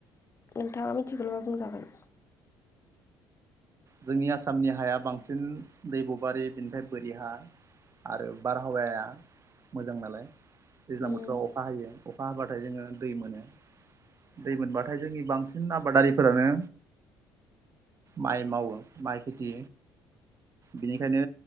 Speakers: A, on the left; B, on the right.
A: नोंथाङा मिथिगौबा बुंजागोन
B: जोंनि आसामनि हाया बांसिन दैब' बारि बिनिफ्राय बोरि हा आरो बारहावाया मोजां नालाय दैज्लां
A: उम
B: बोथोराव अखा हायो अखा अखा हाब्लाथाय जोङो दै मोनो दै मोनबाथाय जोंनि बांसिन आबादारिफोरानो माइ मावो माय खिथि बिनिखायनो